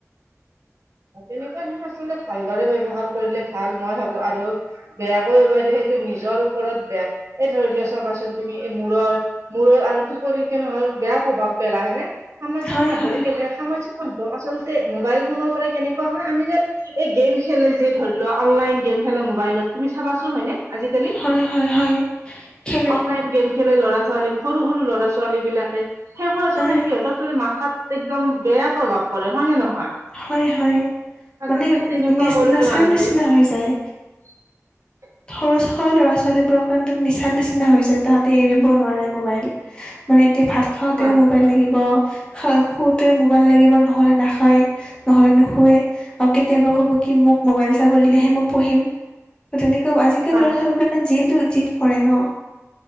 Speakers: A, on the right; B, on the left.
A: তেনেকুৱা ধৰণৰ আচলতে ভালদৰে ব্যৱহাৰ কৰিলে ভাল, মই ভাবো আৰু, বেয়াকৈ পাৰি সেইটো নিজৰ ওপৰত বেয়া। এই ধৰি লৈ চাবাচোন, তুমি এই মূৰৰ, মূৰৰ আৰু টোপৰি কেনেকৈ বেয়া প্ৰভাৱ পেলাই, হয়নে? সামাজিক
B: হয়
A: মাধ্ম
B: হয়
A: কে সামাজিক মাধ্য়ম আচলতে মোবাইল ফোনৰ পৰা কেনেকুৱা হয়, আমি যে এই গেম খেলে যে ধৰি লোৱা অনলাইন গেম খেলে মোবাইলত, তুমি চাবাচোন, হয়নে। আজিকালি,
B: হয় হয় হয় খেলে
A: অনলাইন গেম খেলে ল'ৰা ছোৱালী, সৰু, সৰু ল'ৰা ছোৱালী বিলাকে, সেইবোৰ আচলতে
B: হয়
A: সিহঁতত মাথাত একদম বেয়া প্ৰভাৱ পৰে, হয় নে নহয়।
B: হয় হয়,
A: আচলতে
B: মানে
A: তেনেকুৱা
B: নে
A: কৰিব
B: নেচাৰ
A: নালাগে
B: নিচিনা হৈ যায়।
A: <unintelligible>
B: সৰু, সৰু ল'ৰা ছোৱালীবোৰৰ কাৰণে নিচা নিচিনা হৈ যায়, তাহাঁতে এৰিব নোৱাৰে মোবাইল। মানে এতিয়া ভাত খাওঁতেও
A: হয়,
B: মোবাইল লাগিব, খা শুওঁতেও মোবাইল লাগিব, নহ'লে নাখায়। নহ'লে নুশুোৱে, আৰু কেতিয়াবা ক'ব কি মোক মোবাইল চাব দিলেহে মই পঢ়িম। ত তেনেকুৱা আজিকালি
A: হয়,
B: ল'ৰা
A: হয়,
B: ছোৱালী বিলাকে জদো জদ কৰে ন।